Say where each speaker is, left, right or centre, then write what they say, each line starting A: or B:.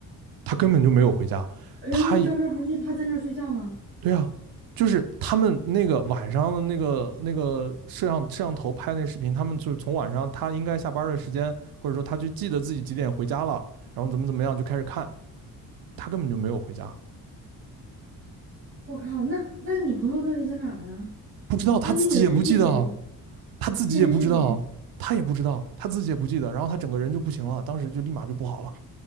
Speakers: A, on the right (about 80°); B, on the right (about 40°).
A: 他根本就没有回家，
B: 可是那个照片不是他在那儿睡觉吗？
A: 他也对啊。就是他们那个晚上的那个那个摄像摄像头拍那视频，他们就是从晚上他应该下班的时间，或者说他就记得自己几点回家了，然后怎么怎么样就开始看，他根本就没有回家，
B: 我靠，那那你朋友到底在哪儿啊？
A: 不知道他自己也不记得，
B: 那那个人是谁？
A: 他自己也不知道，
B: 那人是谁？
A: 他也不知道，他自己也不记得，然后他整个人就不行了，当时就立马就不好了，